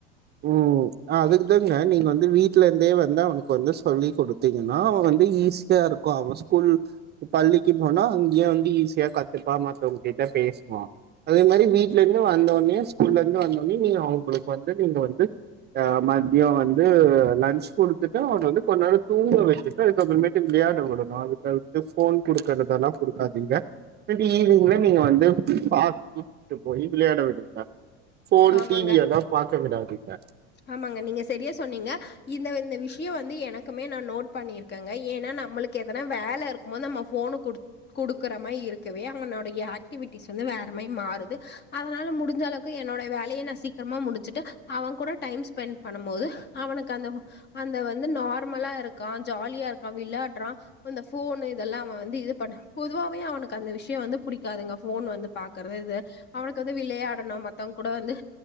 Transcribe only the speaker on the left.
ஆமாங்க
ஆமாங்க நீங்க சரியா சொன்னீங்க இந்த இந்த விஷயம் வந்து எனக்குமே நான் நோட் பண்ணியிருக்கேங்க ஏன்னா நம்மளுக்கு எதன வேலை இருக்கும் போது நம்ம போன் கொடுத் கொடு க்கிற மாதிரி இருக்கவே அவனுடைய ஆக்டிடீவ்ஸ் வந்து வேற மாதிரி மாறுது அதனால முடிஞ்ச அளவுக்கு என்னோட வேலையை நான் சீக்கிரமா முடிச்சுட்டு அவன் கூட டைம் ஸ்பெண்ட் பண்ணும் போது அவனுக்கு அந்த அந்த வந்து நார்மலா இருக்கான் ஜாலியா இருக்கான் விளையாடுறான் அந்த போன் இதெல்லாம் அவன் வந்து இது பண்ண பொதுவாவே அவனுக்கு அந்த விஷயம் வந்து பிடிக்காதுங்க போன் வந்து பார்கறது இது அவனுக்கு வந்து விளையாடணும் மத்தவங்க கூட வந்து